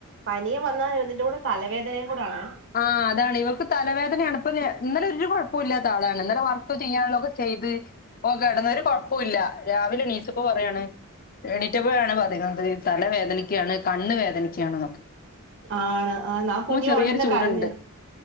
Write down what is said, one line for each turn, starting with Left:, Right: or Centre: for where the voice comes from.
Right: പനിയും വന്നാ ഇതിന്റെ കൂടെ- തലവേദനയും കൂടാണ്
Left: ആഹ് അതാണ് ഇവർക്ക് തലവേദനയാണ് ഇപ്പൊ ഇന്നലെ ഒരു കൊഴപ്പവും ഇല്ലാത്ത ആളാണ് ഇന്നലെ വർക്ക് ചെയ്യാനുള്ളൊക്കെ ചെയ്ത് ഓൻ കെടന്ന് ഒരു കൊഴപ്പം- പ്പോവില്ല രാവിലെ എണീച്ചപ്പൊ പറയാണ് എണി - റ്റപ്പോഴാണ് പറയുന്നത് തല വേദനയ്ക്കയാണ് കണ്ണ് വേദനക്കയാണ്
Right: ആണ് ആന് ആ കുഞ്ഞും
Left: ചെറിയൊരു
Right: അവിടെ ഇരുന്ന്
Left: ചൂടുണ്ട്
Right: കരഞ്